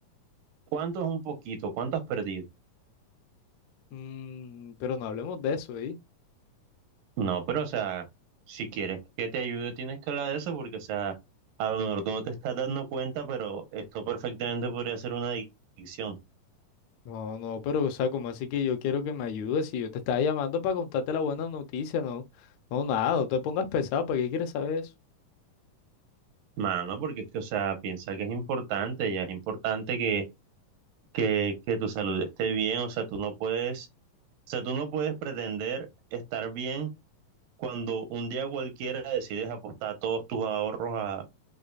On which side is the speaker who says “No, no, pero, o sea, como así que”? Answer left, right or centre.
Left